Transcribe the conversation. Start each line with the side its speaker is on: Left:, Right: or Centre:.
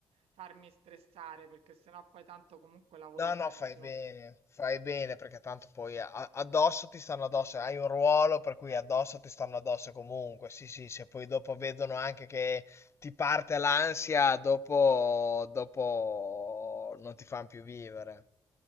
Right: farmi stressare, perché sennò poi tanto comunque lavori
Left: no,
Right: peggio.
Left: no, fai bene, fai bene perché tanto poi a- addosso ti stanno addosso, hai un ruolo per cui addosso ti stanno addosso comunque, sì, sì, se poi dopo vedono anche che ti parte l'ansia, dopo, dopo non ti fanno più vivere.